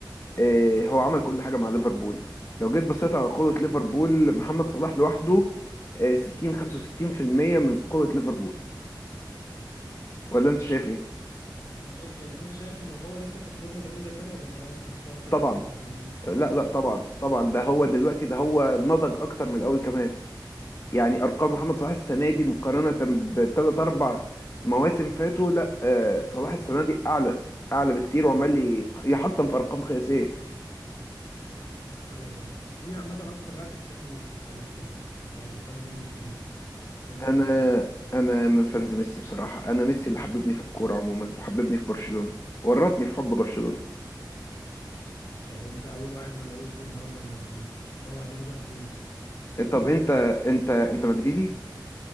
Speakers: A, on the left (about 35°); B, on the left (about 50°).
A: إيه، هو عمل كل حاجة مع ليفربول لو جيت بصيت على قوة ليفربول محمد صلاح لوحده آه، 60 65% من قوة ليفربول ولا انت شايف ايه؟
B: انا شايف كده بس انت شايف ان هو لسه في الفورمه زي زمان ولا خلاص مستواه ابتدى
A: طبعا
B: يقل بالتدريج
A: لا لا طبعا طبعا ده هو دلوقتي ده هو نضج اكتر من الاول كمان يعني ارقام محمد صلاح السنة دي مقارنة بثلاث اربع مواسم فاتوا لا آه، صلاح السنة دي اعلى اعلى بكتير وعمال ي- يحطم في ارقام قياسية
B: ايوه فاهم مين عامه اكتر لاعب بتحبه في التاريخ كله انت من فانز مين فيهم ميسي
A: انا
B: ولا كريستيانو
A: انا من فانز ميسي بصراحه انا ميسي اللي حببني في الكوره عموما وحببني في برشلونه ورطني في حب برشلونه
B: يعني انت اول واحد ما لاقوش النهارده مدريدي اول واحد ليه برشلوني كلهم
A: طب انت
B: مدريد
A: انت انت مدريدي